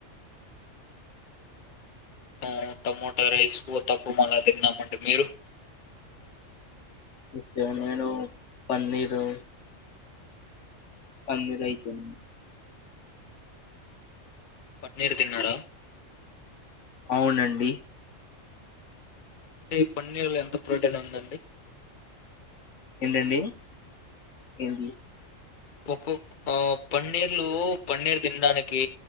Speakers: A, on the left (about 45°); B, on the left (about 70°).
A: అ టమోటా రైస్, ఉతప్పం అలాా తిన్నామండి మీరు.
B: ఉత్య నేను పన్నీరు. పందిరాయుతుంది.
A: పన్నీరు తిన్నారా.
B: అవునండి.
A: అంటే, ఈ పన్నీర్లో ఎంత ప్రోటీన్ ఉందండి.
B: ఎల్లెల్లులి ఎల్లి.
A: ఒక్కొక్క ఆ పన్నీర్లు, పన్నీర్ తినడానికి